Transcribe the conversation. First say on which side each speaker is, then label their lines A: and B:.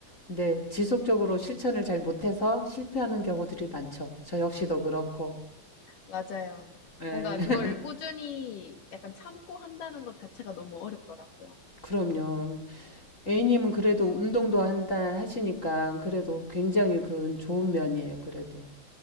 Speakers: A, on the left; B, on the left.
A: 근데 지속적으로 실천을 잘 못해서 실패하는 경우들이 많죠. 저 역시도 그렇고.
B: 맞아요.
A: 예.
B: 뭔가 그거를 꾸준히
A: <laughs>
B: 약간 참고 한다는 것 자체가 너무 어렵더라고요.
A: 그럼요. A님은 그래도 운동도 한다 하시니까 그래도 굉장히 그건 좋은 면이에요. 그래도.